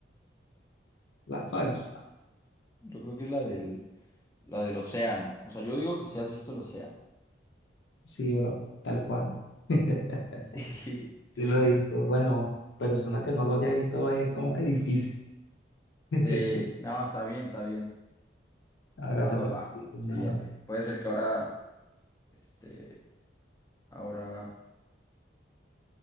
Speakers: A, on the left; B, on the left.
A: La falsa.
B: Yo creo que es la del, la del océano. O sea, yo digo que sí has visto el océano.
A: Sí, bro, tal cual. <laughs>
B: <laughs>
A: Sí lo he visto. Bueno, persona que no lo haya visto es como que difícil. <laughs>
B: Sí, no, está bien, está bien.
A: Ahora
B: Va,
A: te
B: va,
A: toca.
B: va.
A: a ti, hermano.
B: Siguiente. Puede ser que ahora, este, ahora